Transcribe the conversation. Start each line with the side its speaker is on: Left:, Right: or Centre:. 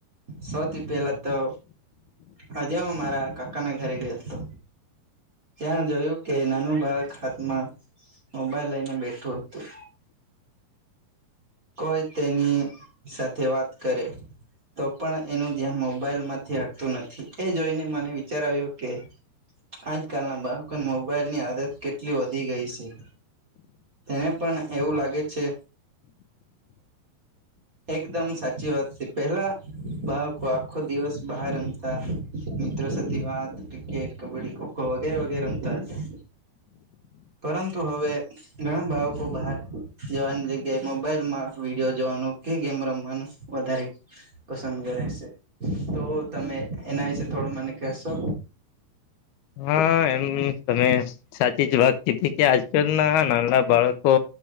Right: સૌથી પહેલા તો આજે હ મારા કાકા ના ઘરે ગયોતો. ત્યાં જોયું કે નાનું બાળક હાથમાં મોબાઈલ લઈને બેઠું હતું. કોઈ તેની સાથે વાત કરે. તો પણ એનું ધ્યાન મોબાઈલ માંથી હટતું નથી એ જોઈને મને વિચાર આવ્યો કે આજકાલના બાળકોને મોબાઈલ ની આદત કેટલી વધી ગઈ છે. તેને પણ એવું લાગે છે. એકદમ સાચી વાત હતી પેહેલા બહકો આખ્ખો દિવસ બહા રામતા મિત્રો સાથે વાત ક્રિકેટ કબડ્ડી ખોખો વગેરે વગેરેમતા હતા. પરંતુ હવે ઘણા બાળકો બહાર જવાની જગ્યાએ મો મોબાઈલમાં વિડીયો જોવાનું કે ગેમ રમવાનું વધારે પસંદ કરે છે તો તમે એના વિશે થોડું મને કહેશો?
Left: હા એમ તમે સાચી જ વાત જેથી કે આજકાલ ના નાના બાળકો